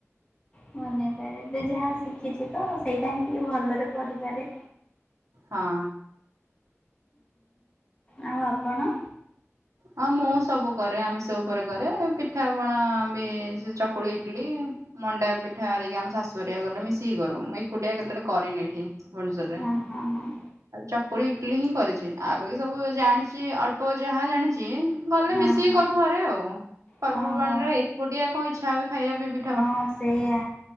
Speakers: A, on the left (about 20°); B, on the right (about 85°).
A: ବନେଇପାରେ ଯାହା ଶିଖିଛି ତ ସେଇଟା ହିଁ ଟିକେ ଭଲରେ କରିପାରେ।
B: ହଁ।
A: ଆଉ ଆପଣ?
B: ହଁ ମୁଁ ସବୁ କରେ ଆମିଷ ଉପରେ କରେ ପିଠା ପଣା ବି ସେ ଚକୁଳି ଇଟିଲି। ମଣ୍ଡା ପିଠା ହେରିକି ଆମ ଶାଶୁହେରୀକା କଲେ ମିଶିକି କରୁ ମୁଁ ଏକୁଟିଆ କେତେଳେ କରିନି ଏଠି। ଭୋନଶ୍ୱରରେ
A: ହଁ ହଁ ହଁ
B: ଚକୁଳି ଇଟିଲି ହିଁ କରିଛି ଆବାକି ସବୁ ଜାଣିଛି। ସେ ଅଳ୍ପ ଯାହା ଜାଣିଛି ଗଲେ
A: ହଁ
B: ମିଶିକି
A: ହଁ
B: କରୁ ଘରେ ଆଉ ପର୍ବପର୍ବାଣିରେ।
A: ହଁ ହଉ
B: ଏକୁଟିଆ କଣ ଇଛା ହେବ ଖାଇବା ପାଇଁ। ପି
A: ହଁ ସେଇଆ।